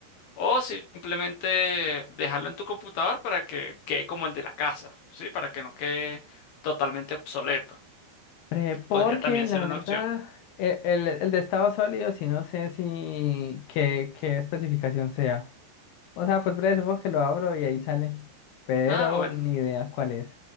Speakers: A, on the left (about 70°); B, on the left (about 85°).
A: O simplemente dejarlo en tu computador para que quede como el de la casa, ¿sí? Para que no quede totalmente obsoleto.
B: Eh, porque
A: Podría también
B: la
A: ser una
B: verdad,
A: opción.
B: e- el, el de estado sólido, sí no sé si qué, qué especificación sea. O sea, pues breve, supongo que lo abro y ahí sale. Pero
A: Ah, bueno.
B: ni idea cuál es.